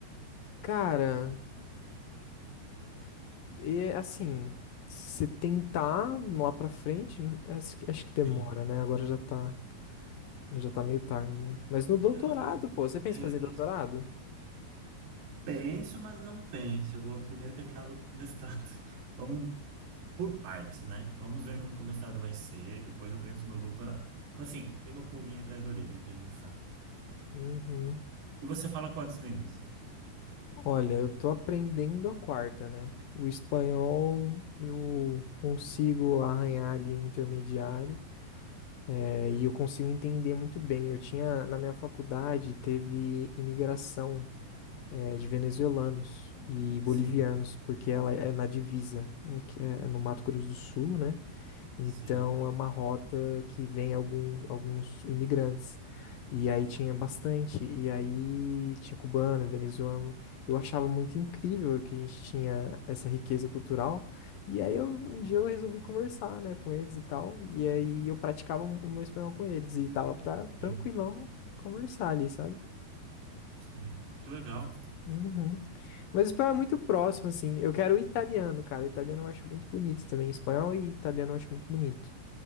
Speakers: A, on the left (about 70°); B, on the right (about 65°).
A: Cara, e assim, se tentar lá pra frente, acho que acho que demora,
B: sim.
A: né? Agora já tá. Já tá meio tarde, né? Mas no doutorado,
B: É, Não, que...
A: pô, você pensa
B: é,
A: em fazer
B: eu
A: doutorado?
B: penso, mas não penso. Eu vou primeiro terminar o mestrado. <laughs> Vamos por partes, né? Vamos ver como que o mestrado vai ser, depois eu penso no meu doutorado. Mas assim, tem uma pulguinha atrás da orelha, quem sabe.
A: Uhum.
B: E você fala quantas línguas?
A: Olha, eu tô aprendendo a quarta, né? O espanhol eu consigo arranhar ali um intermediário, é, e eu consigo entender muito bem. Eu tinha, na minha faculdade, teve imigração, é, de venezuelanos e bolivianos,
B: Sim,
A: porque ela é na divisa, é que é no Mato Grosso do Sul, né? Então
B: sim,
A: é uma rota que vem alguns, alguns imigrantes. E aí tinha bastante, e aí tinha cubano, venezuelano. Eu achava muito incrível que a gente tinha essa riqueza cultural. E aí eu- um dia eu resolvi conversar, né, com eles e tal. E aí eu praticava o meu espanhol com eles e tava pra tranquilão
B: sim,
A: conversar ali, sabe?
B: sim. Que legal.
A: Uhum. Mas o espanhol é muito próximo, assim. Eu quero o italiano, cara. O italiano eu acho muito bonito também. Espanhol e italiano eu acho muito bonito.